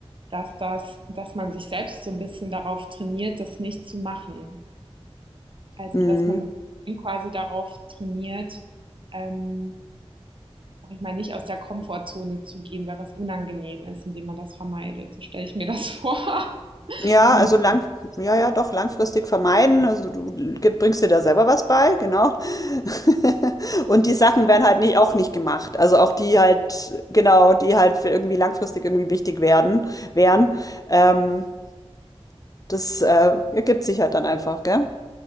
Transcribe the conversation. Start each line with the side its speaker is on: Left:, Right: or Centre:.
Right: dass das dass man sich selbst so ein bisschen darauf trainiert, das nicht zu machen. Also,
Left: Mhm.
Right: dass man quasi darauf trainiert, ähm, sag ich mal, nicht aus der Komfortzone zu gehen, weil was unangenehm ist, indem man das vermeidet. So stelle ich mir das vor. <laughs>
Left: Ja,
Right: So
Left: also
Right: ein-
Left: lang, ja, ja, doch, langfristig vermeiden. Also du gib- bringst dir da selber was bei, genau. <laughs> Und die Sachen werden halt nicht, auch nicht gemacht. Also auch die halt, genau, die halt für irgendwie langfristig irgendwie wichtig werden, wären. Ähm, das äh, ergibt sich halt dann einfach, gell?